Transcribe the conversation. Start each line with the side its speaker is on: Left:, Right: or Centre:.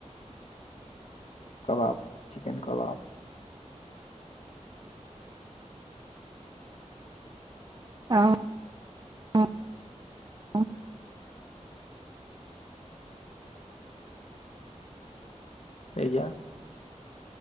Right: <inaudible>
Left: କବାବ ଚିକେନ କବାବ।
Right: ହଁ ହୁଁ ହୁଁ।
Left: ସେୟା।